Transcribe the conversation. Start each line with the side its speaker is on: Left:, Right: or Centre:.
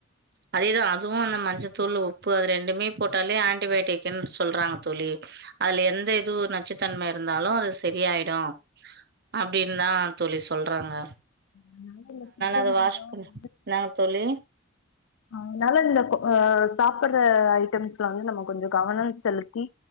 Right: அதேதா அதுவு அந்த மஞ்சத் தூள் உப்பு அது ரெண்டுமே போட்டாலே ஆன்டிபயாட்டிகன்னுஸ் சொல்றாங்க தோழி அதுல எந்த இதுவு நச்சுத்தன்மை இருந்தாலு அதுஸ் சரியாயிடு அப்டின் தா தோழி சொல்றாங்க
Left: அதனால ஃபுட்டு
Right: அத
Left: <inaudible>
Right: வாஷ் பண்ணி என்னங்க தோழி
Left: அதனால இந்தப்ப ஆ சாப்பிட்ற ஐட்டம்ஸ்ல வந்து நம்ம கொஞ்ச கவனம் செலுத்தி